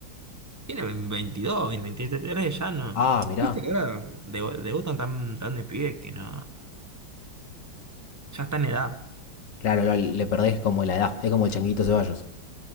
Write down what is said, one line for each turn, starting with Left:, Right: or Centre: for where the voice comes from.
Right: Tiene 22, 23, ya no.
Left: Ah, mirá.
Right: Viste que ahora debu- debutan tan, tan de pibes que no. Ya está en edad,
Left: Claro, lo- le perdés como la edad, es como el Changuito Ceballos.